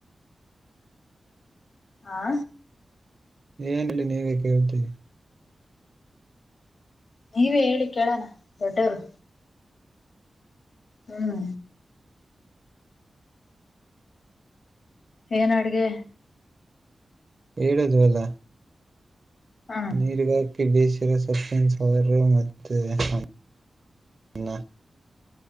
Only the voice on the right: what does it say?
ಏನ್ಲ್ಲಿ ನೀವೇ ಕೇಳ್ತೀರಿ
ಹೇಳುದು ಅಲ್ಲ
ನೀರುಗ ತಿಳಿ ಸೀರೆ ಸೊಪ್ಪಿನ ಸಾರು ಮತ್ತೇ ಅನ್ನ